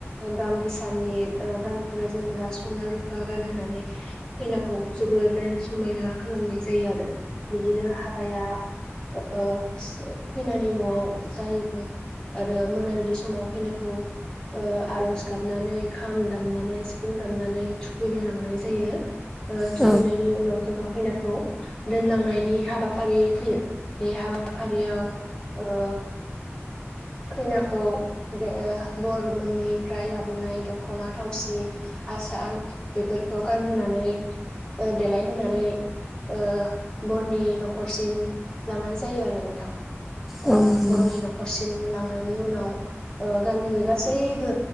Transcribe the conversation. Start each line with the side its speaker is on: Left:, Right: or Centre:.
Left: दाम गोसानि ओ गानग्रा जोमग्रा संना रुफा गानहोनानै खैनाखौ जोबोर नायनो समायना खालामनाय जायो आरो बिदिनो हाबाया ओ खैनानि न'आव जायो। आरो मोनाबिलि समाव खैनाखौ ओ आर'ज गाबनानै खाम दामनानै सिफुं दामनानै थुखैनो लांनाय जायो ओ थुखैनायनि
Centre: औ
Left: उनाव जोंहा खैनाखौ दोनलांनायनि हाबाफारि फैयो बे हाबाफारियाव ओ खैनाखौ दयो बर मोननिफ्राय लाबोनाय दख'ना थावसि आसार बेफोरखौ गानहोनानै ओ देलायहोनानै ओ बरनि न'खरसिम लांनाय जायो आरो नोंथां।
Centre: औ
Left: आ
Centre: नंगौ
Left: बर'नि न'ख लांनायनि उनाव ओ गामिनि गासैबो